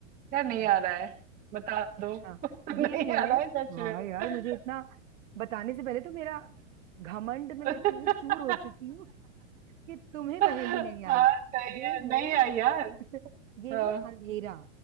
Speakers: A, on the right (about 20°); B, on the right (about 75°).
A: यार नहीं
B: हम्म,
A: आ रहा है बता
B: अच्छा
A: दो <laughs> नहीं
B: ये है
A: आ रहा है सच
B: वाह
A: में
B: यार
A: <laughs>
B: मुझे इतना बताने से पहले तो मेरा घमंड में मैं
A: अच्छा
B: चूर चूर हो चुकी हूँ कि तुम्हें पहेली
A: हाँ
B: नहीं आई
A: सही
B: ये
A: है नहीं
B: है
A: आई यार
B: <laughs> ये
A: हाँ
B: है अंधेरा